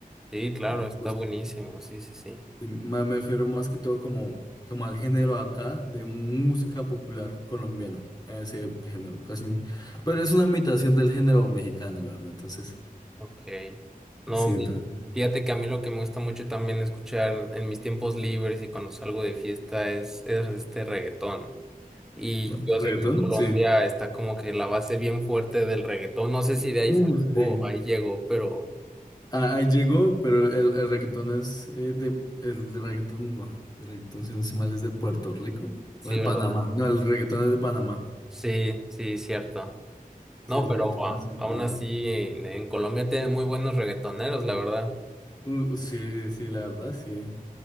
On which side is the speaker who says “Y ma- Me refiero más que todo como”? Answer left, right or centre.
Left